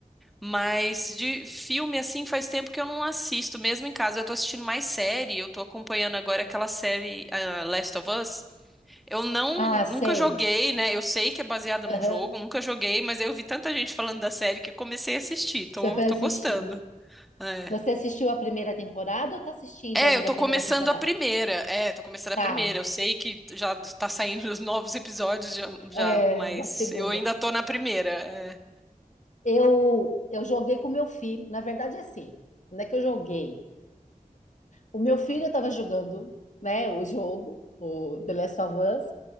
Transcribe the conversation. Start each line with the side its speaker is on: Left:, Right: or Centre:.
Centre: Mas de filme, assim, faz tempo que eu não assisto, mesmo em casa. Eu tô assistindo mais série, eu tô acompanhando agora aquela série, ah, Last of Us. Eu não,
Left: Ah, sei.
Centre: nunca joguei, né? Eu sei que é baseada
Left: Aham.
Centre: num jogo, nunca joguei, mas eu vi tanta gente falando da série que comecei a assistir. Tô,
Left: Você foi
Centre: tô
Left: assistir.
Centre: gostando. É.
Left: Você assistiu a primeira temporada ou tá assistindo
Centre: É,
Left: ainda
Centre: eu tô
Left: a primeira
Centre: começando
Left: temporada?
Centre: a primeira. É, tô começando
Left: Tá,
Centre: a primeira. Eu sei que já tá saindo os novos episódios já, já,
Left: é,
Centre: mas
Left: da segunda.
Centre: eu ainda tô na primeira. É.
Left: Eu, eu joguei com meu filho. Na verdade, é assim, não é que eu joguei. O meu filho estava jogando, né, o jogo, o The Last of Us,